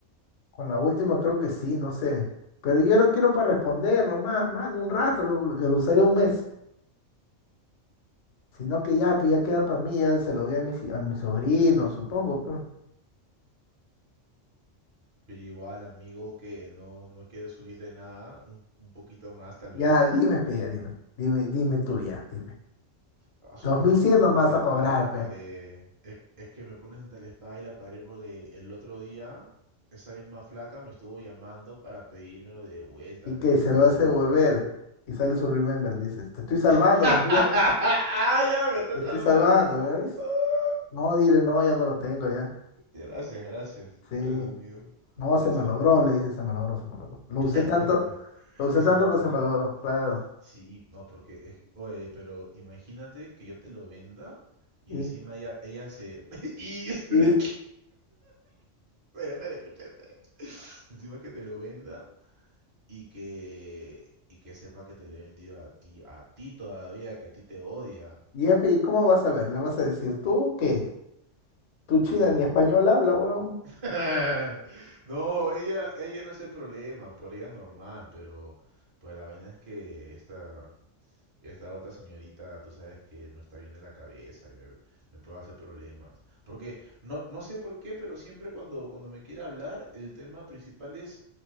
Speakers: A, on the left; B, on the right.
A: Con la última creo que sí, no sé. Pero yo no quiero para responder nomás, mano, un rato. Lo, lo usaré un mes. Sino que ya, pe, ya queda para mí. Ya se lo doy a mi, a mi sobrino, supongo, pe.
B: Pero igual, amigo que no, no quiere subirle nada, un, un poquito más tal
A: Ya,
B: vez.
A: dime, pe, ya, dime. Dime, dime tú ya, dime.
B: Ah,
A: 2100
B: es que me pones
A: nomás
B: entre la espada
A: a cobrar,
B: y la pared.
A: pe.
B: Es, es que me pones entre la espada y la pared porque el otro día esa misma flaca me estuvo llamando para pedírmelo de vuelta.
A: y
B: Me
A: que
B: dijo,
A: se lo hace volver y sale su remember, dices, te estoy salvando
B: <laughs> ah,
A: más bien,
B: ya me está
A: te
B: salvando.
A: estoy salvando, ¿ya ves?
B: Ah.
A: No, dile, no, ya no lo tengo, ya.
B: Gracias, gracias.
A: Sí,
B: Gracias, amigo.
A: no, se
B: Gracias,
A: me logró,
B: amigo.
A: le dice, se me logró, se me logró. Lo usé
B: <laughs>
A: tanto, lo usé
B: ¿Qué se
A: tanto
B: me acuerdo.
A: que se me logró, claro.
B: Sí, no, porque es que- oye, pero imagínate que yo te lo venda y
A: Y,
B: encima ella, ella se <laughs> y <laughs> espera,
A: y,
B: espera, escúchate. Encima que te lo venda y que y que sepa que te lo he vendido a ti, a ti todavía, que a ti te odia,
A: y, jefe, ¿y cómo vas a ver? ¿Le vas a decir tú que tú china
B: pero
A: ni español habla, weón?
B: <laughs> No, ella, ella no es el problema, por ella normal, pero pues la vaina es que esta, esta otra señorita, tú sabes que no está bien de la cabeza y me, me puede hacer problemas. Porque no, no sé por qué, pero siempre cuando, cuando me quiere hablar, el tema principal es